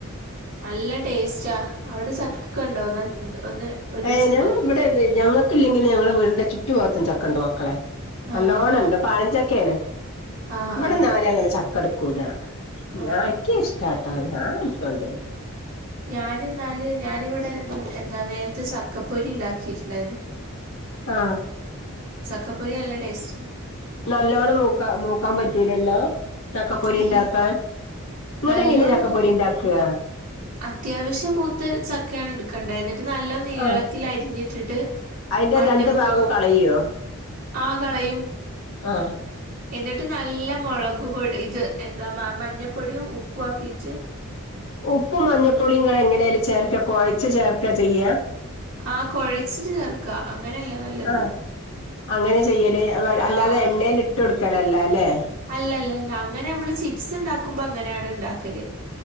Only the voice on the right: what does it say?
നല്ല ടേസ്റ്റാ അവിടെ ചക്കൊക്കെ ഉണ്ടോ ഒന്ന് ഒന്ന് ഒരു
ദിവസം
ഉണ്ടാക്കിയാൽ
മതി
ആഹ് ആഹ്
ആഹ്
ആഹ്
ആഹ്
ഞാൻ ന്നാല് ഞാനിവിടെ എന്താ നേരത്തെ ചക്കപ്പൊരി ണ്ടാക്കിയിട്ടുണ്ടായിരുന്നു
ചക്കപ്പൊരി നല്ല ടേസ്റ്റ്
ഇൽ
നല്ലോണല്ല
അത്യാവശ്യം മൂത്ത ചക്കയാണ് എടുക്കേണ്ടത് എന്നിട്ട് നല്ല നീളത്തിൽ
അരിഞ്ഞിട്ടിട്ട്
മഞ്ഞപ്പ്
ആ കളയും
എന്നിട്ട് നല്ല മുളക് പൊടി ഇത് എന്താ മഞ്ഞപ്പൊടിയും ഉപ്പും ആക്കീട്ട്
ആഹ കുഴച്ചിട്ട് ചേർക്കാ അങ്ങനെയല്ലേ നല്ലത്
ആഹ്
അല്ലല്ലല്ല അങ്ങനെ നമ്മള് ചിപ്സ് ഉണ്ടാക്കുമ്പോ അങ്ങനെയാണ് ഉണ്ടാക്കല്